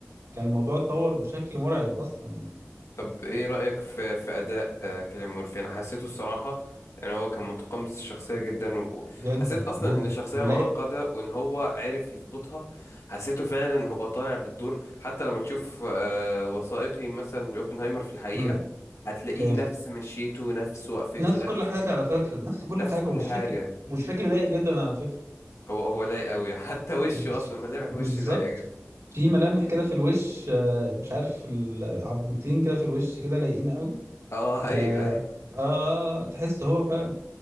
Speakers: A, on the right (about 85°); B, on the left (about 85°).
A: كان الموضوع اتطور بشكل مرعب اصلا يعني
B: طب ايه رايك في في اداء آه، كيليان مورفي انا حسيته الصراحه يعني هو كان متقمص الشخصيه جدا وحسيت
A: جدا
B: اصلا
A: جدا
B: ان الشخصيه
A: ولايق
B: معقده وان هو عرف يظبطها حسيته فعلا هو طالع بالدور حتى لما تشوف آه، وثائقي مثلا لاوبنهايمر في الحقيقه
A: مم.
B: هتلاقيه
A: اوكي
B: نفس مشيته نفس وقفته
A: نفس
B: نفس
A: كل حاجه على فكره نفس كل
B: نفس
A: حاجه
B: كل
A: والشكل
B: حاجه
A: والشكل لايق جدا على فكره
B: هو هو لايق قوي <laughs> حتى وشه
A: الش- الش-
B: اصلا ملامح
A: بالظبط
B: وشه لايقه جدا
A: في ملامح كده في الوش آه، مش عارف العضمتين كده في الوش كده لايقين قوي
B: اه
A: آه,
B: ايوه ايوه
A: اه تحس هو فعلا